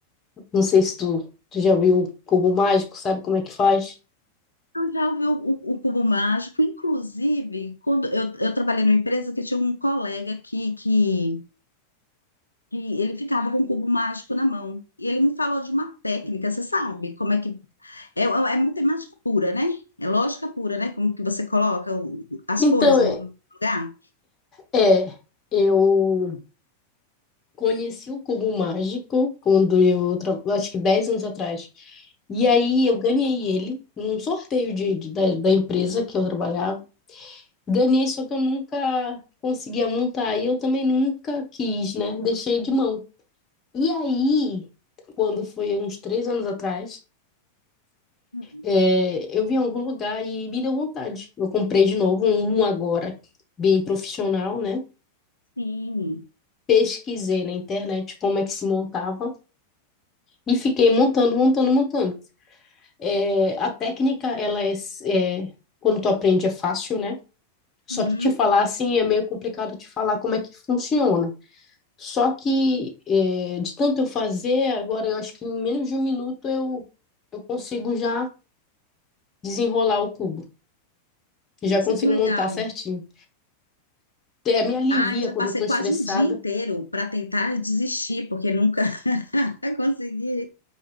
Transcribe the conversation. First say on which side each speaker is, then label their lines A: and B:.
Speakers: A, on the left; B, on the left.
A: Não sei se tu, tu já viu cubo mágico, sabe como é que faz?
B: eu já ouvi o, o- o Cubo Mágico, inclusive, quando eu, eu trabalhei numa empresa que tinha um colega que, que, que ele ficava com o Cubo Mágico na mão. E ele me falou de uma técnica, você sabe como é que é, é é matemática pura, né? É lógica pura, né? Como que você coloca o- as
A: Então,
B: cores no, no lugar?
A: é, é, eu conheci o Cubo Mágico quando eu, tra- acho que 10 anos atrás. E aí eu ganhei ele num sorteio de, de- da, da empresa que eu trabalhava. Ganhei, só que eu nunca conseguia montar e eu também nunca quis, né? Deixei de mão. E aí, quando foi uns três anos atrás,
B: Hum.
A: é, eu vi em algum lugar e me deu vontade. Eu comprei de novo um um agora, bem profissional, né?
B: Sim.
A: pesquisei na internet como é que se montava e fiquei montando, montando, montando. É, a técnica, ela é, é, quando tu aprende é fácil, né? Só
B: Uhum.
A: que te falar assim é meio complicado te falar como é que funciona. Só que é, de tanto eu fazer, agora eu acho que em menos de um minuto eu, eu consigo já desenrolar o cubo.
B: Nossa,
A: Já consigo
B: que legal.
A: montar certinho. Até me alivia
B: Ah, eu já
A: quando
B: passei
A: eu tô
B: quase
A: estressada.
B: um dia inteiro para tentar desistir, porque nunca <laughs> consegui